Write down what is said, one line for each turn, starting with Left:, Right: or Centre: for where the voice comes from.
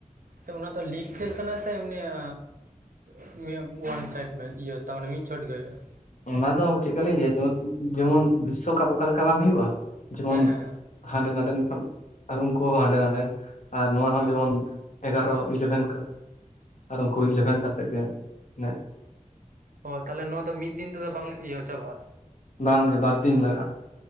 Right: ᱥᱮ ᱚᱱᱟ ᱫᱚ ᱞᱤᱜᱽ ᱠᱷᱮᱞ ᱠᱟᱱᱟ ᱥᱮ ᱮᱢᱱᱤ ᱟᱻ <unintelligible> ᱚᱣᱟᱱ ᱥᱟᱭᱤᱰ ᱢᱮᱪ ᱤᱭᱟᱹ ᱛᱟ-ᱢᱟᱱᱮ ᱢᱤᱫ ᱪᱷᱚᱴ ᱜᱮ ᱦᱳᱭᱳᱜ-ᱟ ᱾
Left: ᱚᱱᱟ ᱫᱚ ᱪᱮᱫᱠᱟ ᱞᱤᱧ ᱞᱟᱹᱭᱼᱟ ᱡᱮᱢ ᱡᱮᱢᱚᱱ ᱵᱤᱥᱥᱚᱠᱟᱯ ᱚᱠᱟ ᱞᱮᱠᱟ ᱵᱟᱝ ᱦᱩᱭᱩᱜᱼᱟ᱾ ᱡᱮᱢᱚᱱ
Right: ᱦᱮᱸ ᱦᱮᱸ
Left: ᱦᱟᱸᱰᱮ ᱱᱟᱱᱰᱮᱱ ᱠᱷᱚᱱ ᱟᱨ ᱩᱱᱠᱩ ᱦᱚᱸ ᱦᱟᱸᱰᱮ ᱱᱟᱰᱮ ᱟᱨ ᱱᱚᱣᱟ ᱦᱚᱸ
Right: ᱚ
Left: ᱡᱮᱢᱚᱱ ᱮᱜᱟᱨᱚ ᱤᱞᱮᱵᱷᱮᱱ ᱠᱟᱛ ᱟᱨ ᱩᱱᱠᱩ ᱤᱞᱮᱵᱷᱮᱱ ᱠᱟᱛᱮᱜ ᱜᱮ᱾ ᱢᱟᱱᱮ
Right: ᱚ ᱛᱟᱦᱞᱮ ᱱᱚᱣᱟ ᱫᱚ ᱢᱤᱫ ᱫᱤᱱ ᱛᱮᱫᱚ ᱵᱟᱝ ᱤᱭᱟᱹ ᱪᱟᱵᱟᱜᱼᱟ?
Left: ᱵᱟᱝ ᱜᱮ ᱵᱟᱨ ᱫᱤᱱ ᱞᱟᱜᱟᱜᱼᱟ᱾